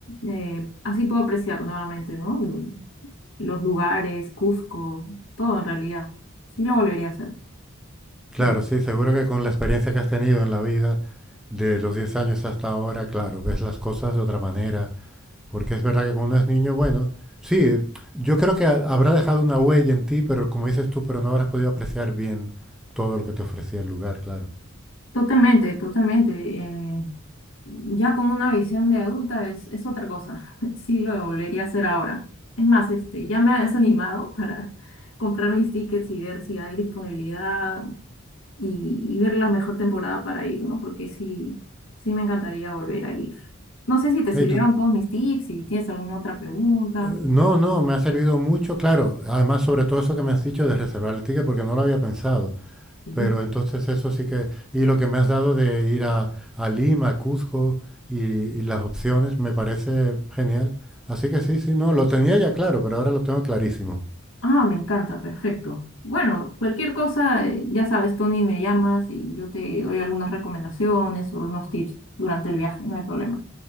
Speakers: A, on the left (about 70°); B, in the centre.
A: eh, así puedo apreciar nuevamente, ¿no? Lo- Los lugares, Cusco, todo en realidad. Sí lo volvería a hacer.
B: claro,
A: Sí.
B: sí, seguro que con la experiencia que has tenido en la vida de los 10 años hasta ahora, claro, ves las cosas de otra manera. Porque es verdad que cuando uno es niño, bueno, sí, eh, yo creo que ha- habrá dejado una huella en ti, pero como dices tú, pero no habrás podido apreciar bien todo lo que te ofrecía el lugar, claro.
A: Totalmente, totalmente. eh, ya con una visión de adulta es, es otra cosa. <laughs> Sí lo volvería a hacer ahora. Es más, este, ya me has animado para comprar mis tickets y ver si hay disponibilidad. y, y ver la mejor temporada para ir, ¿no? Porque sí, sí me encantaría volver a ir. No sé si te sirvieron
B: Ey, tú-
A: todos mis tips, si tienes alguna otra pregunta.
B: No, no, me ha servido mucho, claro. Además, sobre todo eso que me has dicho de reservar el ticket, porque no lo había pensado.
A: Sí.
B: Pero entonces eso sí que... Y lo que me has dado de ir a, a Lima, a Cuzco y, y las opciones, me parece genial. Así que sí, sí, no, lo tenía ya claro, pero ahora lo tengo clarísimo.
A: Ah, me encanta, perfecto. Bueno, cualquier cosa, eh, ya sabes, Tony, me llamas y yo te doy algunas recomendaciones o unos tips durante el viaje, no hay problema.